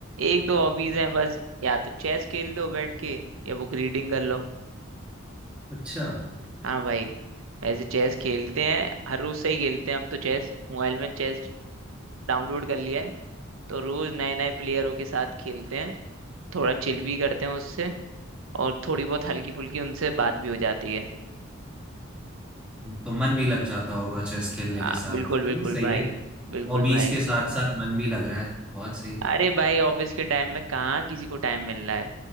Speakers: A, on the right; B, in the centre.
A: एक दो हॉबीज हैं बस या तो चेस खेल लो बैठ के या बुक रीडिंग कर लो
B: अच्छा
A: हाँ भाई ऐसे चेस खेलते हैं हर रोज से ही खेलते हैं अब तो चेस मोबाइल में चेस डाउनलोड कर लिया है तो रोज नए नए प्लेयरों के साथ खेलते हैं थोड़ा चिल भी करते हैं उससे और थोड़ी बहुत हल्की फुल्की उनसे बात भी हो जाती है
B: तो मन भी लग जाता होगा चेस खेलने
A: आ,
B: के साथ
A: बिल्कुल बिल्कुल
B: ये सही
A: भाई
B: है
A: बिल्कुल
B: हॉबीज
A: भाई
B: के साथ साथ मन भी लग रहा है बहुत सही
A: अरे भाई ऑफिस के टाइम में कहाँ किसी को टाइम मिल रहा है